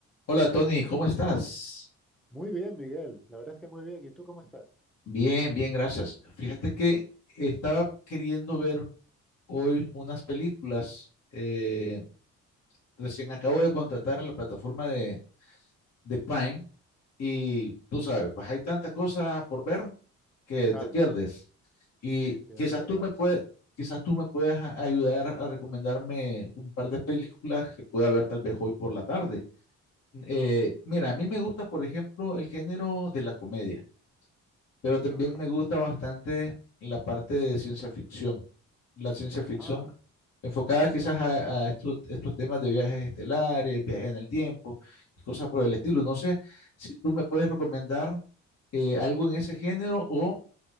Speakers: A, on the left; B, in the centre.
A: Hola Tony, ¿cómo estás?
B: Muy bien, Miguel. La verdad es que muy bien. ¿Y tú cómo estás?
A: Bien, bien, gracias. Fíjate que estaba queriendo ver hoy unas películas. eh, recién acabo de contratar la plataforma de, de Prime y tú sabes, pues, hay tanta cosa por ver que
B: Claro,
A: te pierdes. Y
B: sí, sí,
A: quizás
B: eso es verdad.
A: tú me puedes, quizás tú me puedas a- ayudar a recomendarme un par de películas que pueda ver tal vez hoy por la tarde. Eh, mira, a mí me gusta, por ejemplo, el género de la comedia. Pero también
B: Ajá.
A: me gusta bastante la parte de ciencia ficción. La ciencia ficción
B: Ah,
A: enfocada quizás a, a estos, estos temas de viajes estelares, viajes en el tiempo y cosas por el estilo. No sé si tú me puedes recomendar eh, algo en ese género o